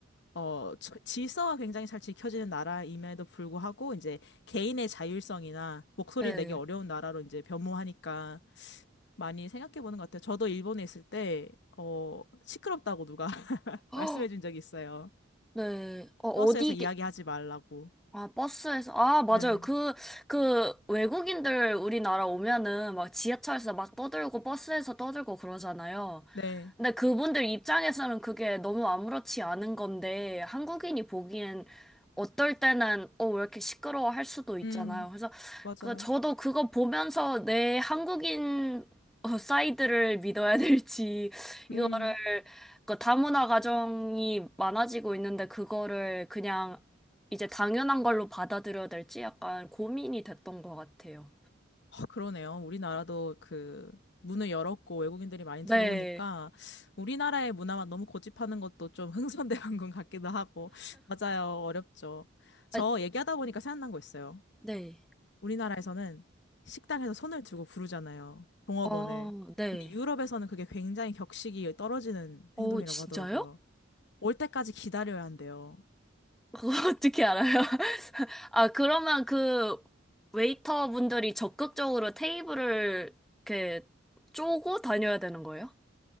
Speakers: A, on the left (about 60°); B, in the centre.
A: 어 저- 질서가 굉장히 잘 지켜지는 나라임에도 불구하고 이제 개인의 자율성이나 목소리
B: 네,
A: 내기 어려운 나라로 이제 변모하니까 많이 생각해 보는 것 같아요. 저도 일본에 있을 때 어 시끄럽다고 누가 <laughs>
B: 어,
A: 말씀해 준 적이 있어요.
B: 네, 어,
A: 버스에서
B: 어디
A: 이야기하지 말라고.
B: 아, 버스에서, 아, 맞아요.
A: 네.
B: 그, 그, 외국인들 우리나라 오면은 막 지하철에서 막 떠들고 버스에서 떠들고 그러잖아요.
A: 네.
B: 근데 그분들 입장에서는 그게 너무 아무렇지 않은 건데, 한국인이 보기엔 어떨 때는, 어, 왜 이렇게 시끄러워 할 수도 있잖아요.
A: 음,
B: 그래서,
A: 맞아요.
B: 그, 저도 그거 보면서 내 한국인 <laughs> 어, 사이드를 믿어야 될지, 이거를,
A: 음.
B: 그 다문화 가정이 많아지고 있는데, 그거를 그냥 이제 당연한 걸로 받아들여야 될지 약간 고민이 됐던 것 같아요.
A: 아, 그러네요. 우리나라도 그 문을 열었고 외국인들이 많이
B: 네.
A: 들어오니까 우리나라의 문화만 너무 고집하는 것도 좀 흥선대원군 <laughs> 같기도 하고 맞아요. 어렵죠. 저
B: 아,
A: 얘기하다 보니까 생각난 거 있어요.
B: 네.
A: 우리나라에서는 식당에서 손을 들고 부르잖아요. 종업원을.
B: 어, 네.
A: 근데 유럽에서는 그게 굉장히 격식이 떨어지는
B: 어,
A: 행동이라고
B: 진짜요?
A: 하더라고요. 올 때까지 기다려야 한대요.
B: <laughs> 그거 어떻게 알아요? <laughs> 아, 그러면 그 웨이터 분들이 적극적으로 테이블을 이렇게 쪼고 다녀야 되는 거예요?